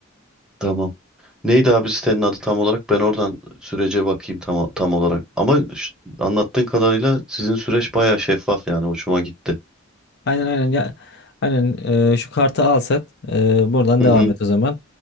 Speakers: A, in the centre; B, on the left.
A: Tamam. Neydi abi sitenin adı tam olarak? Ben oradan sürece bakayım tam, tam olarak. Ama ş- anlattığın kadarıyla sizin süreç bayağı şeffaf yani hoşuma gitti.
B: Aynen aynen ya. Aynen e, şu kartı al sen. E, buradan devam
A: Hı hı.
B: et o zaman.